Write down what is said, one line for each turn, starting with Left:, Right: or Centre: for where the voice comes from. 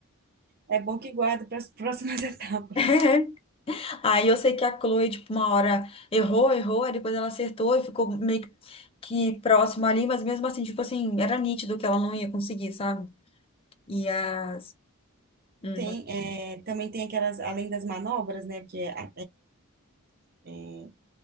Right: É bom que guarda para as próximas <laughs> etapas.
Left: <laughs> Aí eu sei que a Chloe, tipo, uma hora errou, errou, aí depois ela acertou e ficou meio que que próxima ali, mas mesmo assim, tipo assim, era nítido que ela não ia conseguir, sabe? E as. Hum,
Right: Tem,
Left: pode-
Right: é, também tem aquelas, além das manobras, né, porque é, é,